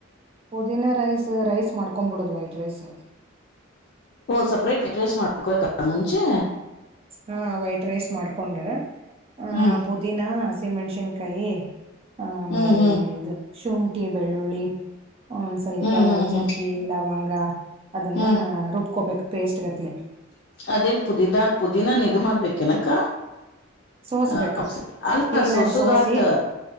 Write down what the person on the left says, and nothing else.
ಓ ಸಪರೇಟ್ ವೈಟ್ ರೈಸ್ ಮಾಡ್ಕೋಕ. ಮುಂಚೆ.
ಹ್ಮ್
ಹ್ಮ್ ಹ್ಮ್
ಹ್ಮ್ ಹ್ಮ್ ಹ್ಮ್
ಹ್ಮ್
ಅದೇನ್ ಪುದಿದ ಪುದೀನನ ಇದು ಮಾಡ್ಬೇಕೇನಕ.
ಹ ಅಲ್ಲ
ಸೊಸದಾತು